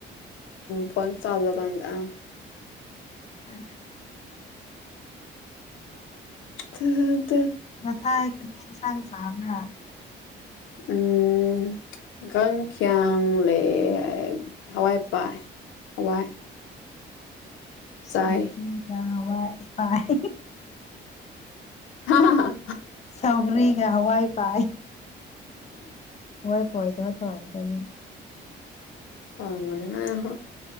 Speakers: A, on the left; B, on the left.
A: ꯐꯣꯟ ꯆꯖꯀꯥꯟꯗ <unintelligible>
B: ꯍ
A: ꯑ <unintelligible>
B: ꯉꯁꯥꯏꯈꯅꯤ ꯆ ꯄꯥꯝꯕꯔꯥ
A: ꯎꯝ ꯀꯥꯡꯪꯈ꯭ꯌꯥꯡ ꯂꯩ ꯍꯋꯥꯏꯄꯥꯏ ꯍꯋꯥꯏ ꯆꯥꯏ
B: ꯁꯃꯤꯗ ꯋꯥꯏ ꯐꯥꯏ
A: ꯍꯥ
B: ꯁꯧꯒꯔꯤꯒ ꯍꯋꯥꯏ ꯄꯥꯏ ꯋꯥꯏ ꯍꯣꯏꯗ ꯊꯅ ꯀꯥꯏꯅꯦ
A: ꯇ ꯃꯅꯤ ꯑꯣ